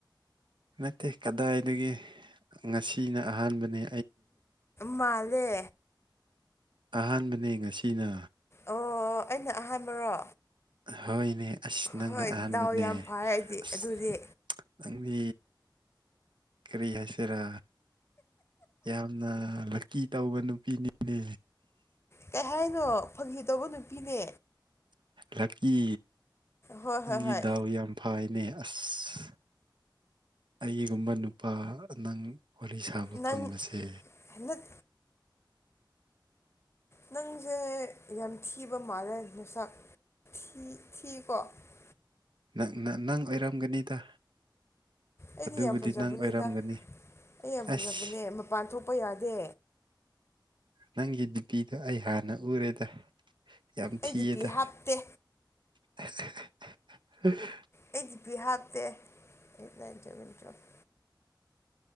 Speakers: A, on the right; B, on the left.
A: ꯅꯠꯇꯦ ꯀꯗꯥꯏꯗꯒꯤ ꯉꯁꯤꯅ ꯑꯍꯥꯟꯕꯅꯤ
B: ꯃꯥꯜꯂꯦ
A: ꯑꯍꯥꯟꯕꯅꯦ ꯉꯁꯤꯅ
B: ꯑꯣ ꯑꯩꯅ ꯑꯍꯥꯟꯕꯔꯣ
A: ꯍꯣꯏꯅꯦ ꯑꯁ ꯅꯪꯅ
B: ꯍꯣꯏ
A: ꯑꯍꯥꯟꯕꯅꯦ
B: ꯗꯥꯎ ꯌꯥꯝ ꯐꯔꯦ ꯑꯩꯗꯤ
A: ꯑꯁ
B: ꯑꯗꯨꯗꯤ
A: ꯅꯪꯗꯤ ꯀꯔꯤ ꯍꯥꯏꯁꯦꯔꯥ ꯌꯥꯝꯅ ꯂꯛꯀꯤ ꯇꯧꯕ ꯅꯨꯄꯤꯅꯤꯅꯦ
B: ꯀꯩ ꯍꯥꯏꯅꯣ ꯐꯪꯈꯤꯗꯧꯕ ꯅꯨꯄꯤꯅꯦ
A: ꯂꯥꯛꯀꯤ
B: ꯍꯣꯏ
A: ꯅꯪꯒꯤ
B: ꯍꯣꯏ ꯍꯣꯏ
A: ꯗꯥꯎ ꯌꯥꯝ ꯐꯥꯏꯅꯦ ꯑꯁ ꯑꯩꯒꯨꯝꯕ ꯅꯨꯄꯥ ꯅꯪ ꯋꯥꯔꯤ ꯁꯥꯕ
B: ꯅꯪ
A: ꯐꯪꯕꯁꯦ
B: ꯅꯠ ꯅꯪꯁꯦ ꯌꯥꯝ ꯊꯤꯕ ꯃꯥꯜꯂꯦ ꯅꯁꯥꯛ ꯊꯀꯣ
A: ꯅꯪ ꯅꯪ ꯑꯣꯏꯔꯝꯒꯅꯤꯗ
B: ꯑꯩꯗꯤ
A: ꯑꯗꯨꯕꯨꯗꯤ
B: ꯌꯥꯝ ꯐꯖꯕꯅꯦꯗ
A: ꯅꯪ ꯑꯣꯏꯔꯝꯒꯅꯤ
B: ꯑꯩ ꯌꯥꯝ ꯐꯖꯕꯅꯦ
A: ꯑꯁ
B: ꯃꯄꯥꯟ ꯊꯣꯛꯄ ꯌꯥꯗꯦ
A: ꯅꯪꯒꯤ ꯗꯤꯄꯤꯗ ꯑꯩ ꯍꯥꯟꯅ ꯎꯔꯦꯗ ꯌꯥꯝ ꯊꯤꯌꯦꯗ
B: ꯑꯩ ꯗꯤ ꯄꯤ ꯍꯥꯞꯇꯦ
A: <unintelligible>
B: ꯑꯩ ꯗꯤꯄꯤ ꯍꯥꯞꯇꯦ ꯑꯦꯠ ꯅꯥꯏꯟ ꯑꯦꯜꯚꯦꯟ ꯇ꯭ꯋꯦꯜꯕ